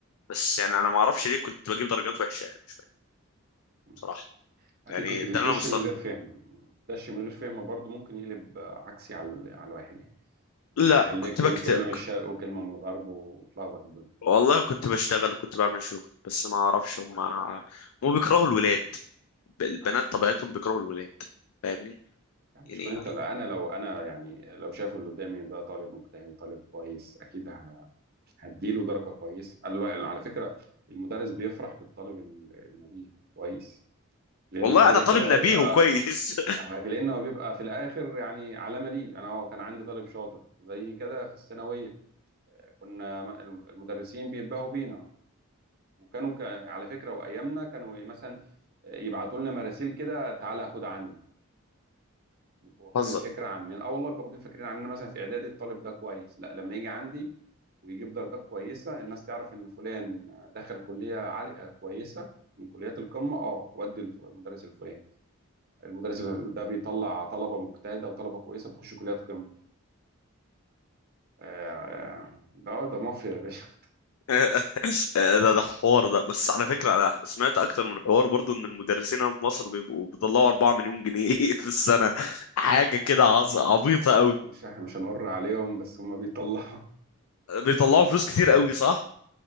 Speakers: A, on the left; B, on the right.
A: بس يعني انا ما اعرفش ليه كنت بجيب درجات وحشه يعني شويه
B: مم.
A: بصراحه
B: اكيد
A: يعني
B: كنت بتدش
A: ده اللي انا مستغرب
B: من غير فهم دش من غير فهم برضه ممكن يقلب آه، عكسي على ال- على الواحد يعني
A: لا
B: يخليك
A: كنت
B: تجيب
A: بكتب
B: كلمه من الشرق وكلمه من الغرب وتلخبط الدنيا
A: والله كنت بشتغل وكنت بعمل شغل بس ما اعرفش هم هم بيكرهوا الولاد ب- البنات طبيعتهم بيكرهوا الولاد فاهمني
B: يعني
A: يعني
B: مش كل انت لا انا لو انا يعني لو شايفه اللي قدامي ده طالب مجتهد وطالب كويس اكيد ه- هديله درجه كويسه على على فكره المدرس بيفرح بالطالب ال- النبيه كويس لانه
A: والله
B: كده
A: انا طالب
B: كده هيبقى
A: نبيه وكويس
B: لانه هو بيبقى في الاخر يعني علامه ليه انا هو كان عندي طالب شاطر زي كده في الثانويه كنا م- المدرسين بينبهوا بينا وكانوا ك- على فكره وايامنا كانوا مثلا يبعتوا لنا مراسيل كده تعالى خد عندي بيبقوا
A: <laughs>
B: واخدين
A: هزر
B: فكره عننا اه والله بيبقوا واخدين فكرين عننا مثلا في اعدادي الطالب ده كويس لا لما يجي عندي ويجيب درجات كويسه الناس تعرف ان فلان دخل كليه عاليه آه، كويس من كليات القمه اه ودي الف- المدرس الفلاني المدرس ده بيطلع طلبه مجتهده وطلبه كويسه بتخش كليات قمه آه، آه، ده ده مافيا يا باشا
A: <laughs> ده ده حوار ده بس على
B: <laughs>
A: فكرة أنا سمعت أكتر من حوار برضو إن المدرسين هنا في مصر بيبقوا بيطلعوا 4 مليون جنيه <laughs> في السنة حاجة كده عظ- عبيطة أوي
B: يا باشا احنا مش هنقر عليهم بس هم بيطلعوا <laughs>
A: بيطلعوا فلوس كتير أوي صح؟